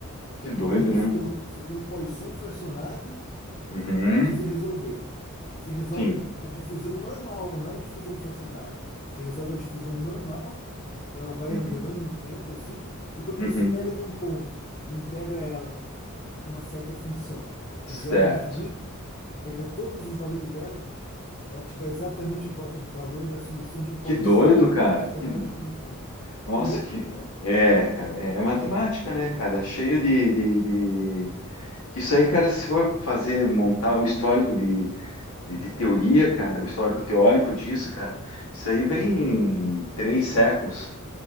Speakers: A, on the left; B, on the left.
A: Então
B: Que doido,
A: imagina
B: né?
A: que você tem o- você tem um Poisson fracionário,
B: Uhum.
A: precisa resolver. Você resolve
B: Sim.
A: a difusão normal, não é a difusão fracionária. Você resolve a difusão normal e ela vai
B: Uhum.
A: andando no tempo assim, e quando
B: Uhum.
A: você pega num ponto e integra ela uma certa função de zero
B: Certo.
A: a infinito, pega todos os valores dela, ela te dá exatamente o, va- o valor da solução de Poisson
B: Que doido, cara.
A: acionária
B: Que...
A: naquele ponto.
B: Nossa,
A: É louco,
B: que.
A: né?
B: É, cara. É, é matemática, né, cara? Cheio de, de, de- Que isso aí, cara, se for fazer, montar o histórico de, de, de teoria, cara, o histórico teórico disso, cara, isso aí vem em três séculos